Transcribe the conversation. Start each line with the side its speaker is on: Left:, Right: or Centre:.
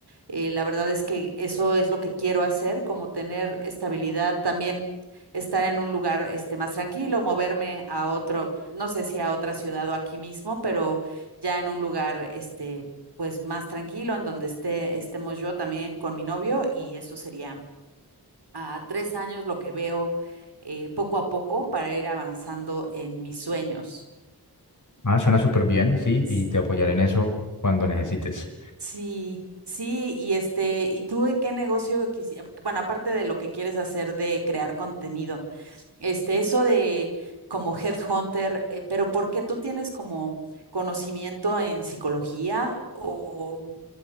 Right: eh, la verdad es que eso es lo que quiero hacer, como tener estabilidad también estar en un lugar este más tranquilo, moverme a otro, no sé si a otra ciudad o aquí mismo, pero ya en un lugar, este, pues más tranquilo, en donde esté, estemos yo también con mi novio, y eso sería a tres años lo que veo eh, poco a poco para ir avanzando en mis sueños.
Left: Ah, suena súper bien, sí,
Right: S-
Left: y te apoyaré en eso cuando necesites.
Right: Sí, sí, y este, ¿y tú de qué negocio quisieras? Bueno, aparte de lo que quieres hacer de crear contenido, este, eso de como headhunter, eh, pero ¿por qué tú tienes como conocimiento en psicología o